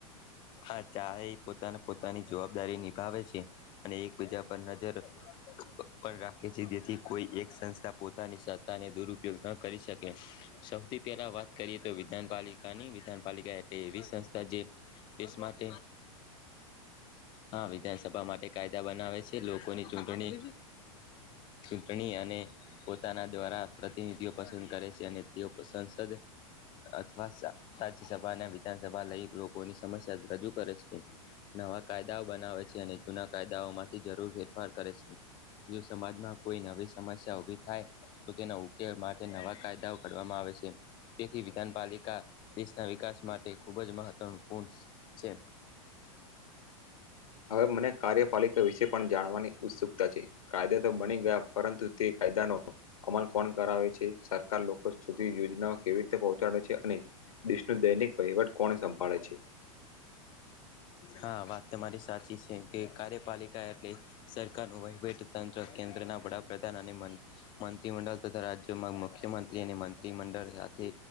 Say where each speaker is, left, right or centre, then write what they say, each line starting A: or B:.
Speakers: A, on the left; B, on the left.
A: હા ચા એ પોતાના પોતાની જવાબદારી નિભાવે છે અને એક બીજા પર નજર રખ પણ રાખે છે જેથી કોઈ એક સંસ્થા પોતાની સત્તાને દુરપયોગ ન કરી શકે. સૌથી પહેલા વાત કરીએ તો વિધાનપાલિકાની વિધાનપાલિકા તે એવી સંસ્થા જે દેશ માટે, હા વિધાનસભા માટે ટા બનાવે છે લોકોની ચૂંટણી ચૂંટણી અને પોતાના દ્વારા પ્રતિનિધિઓ પસંદ કરે છે અને તેઓ સંસદ અથવા સા રાજ્યસભા અને વિધાનસભા લઈ લોકોની સમસ્યા રજૂ કરે છે. નવા કાયદાઓ બનાવે છે અને જૂના કાયદાઓ માંથી જરૂર ફેરફાર કરે છે જો સમાજમાં કોઈ નવી સમસ્યા ઉભી થાય તો તેના ઉ કે માટે નવા કાયદાઓ કરવામાં આવે છે. તેથી વિધાનપાલિકા દેશ ના વિકાસ માટે ખૂબ જ મહત્વ પૂણ છે.
B: હવે મને કાર્યપાલિકા વિશે પણ જાણવાની ઉત્સુકતા છે. કાયદા તો બની ગયા પરંતુ તે કાયદાનો અમલ કોણ કરાવે છે. સરકાર લોકો સુધી યોજનાઓ કેવી રીતે પહોંચાડે છે અને દેશનું દૈનિક વહીવટ કોણ સંભાળે છે
A: હા વાત તમારી સાચી છે કે કાર્યપાલિકા એટલે સરકારનું વહીવટી તંત્ર કેન્દ્રના વડાપ્રધાન અને મં-મંત્રીમંડળ તથા રાજ્યોમાં મુખ્ય યમંત્રી અને મંત્રીમંડળ સાથે